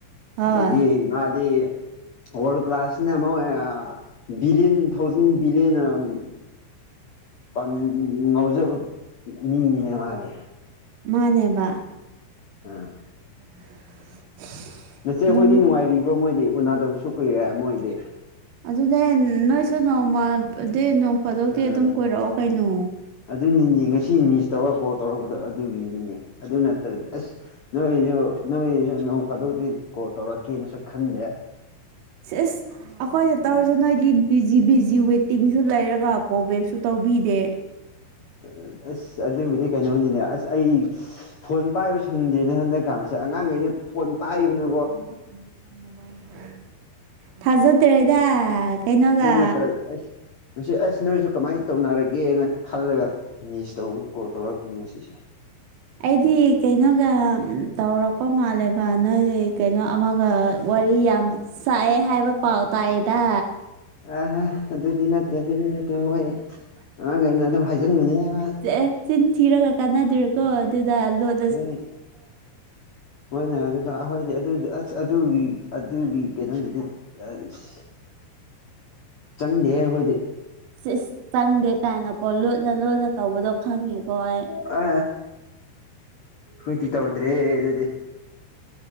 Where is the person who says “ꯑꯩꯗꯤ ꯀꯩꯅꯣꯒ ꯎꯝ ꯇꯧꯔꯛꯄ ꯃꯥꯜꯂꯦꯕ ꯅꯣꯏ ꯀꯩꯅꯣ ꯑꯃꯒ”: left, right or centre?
Right